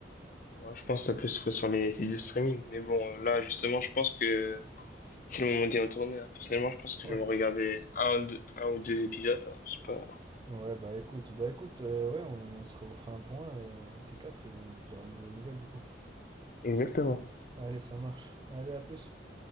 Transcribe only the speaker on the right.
Ouais.
Ouais, bah écoute, bah écoute, euh, ouais, on, on se refera un point, euh, T4, et on se dira nos nouvelles du coup.
Allez, ça marche. Allez, à plus.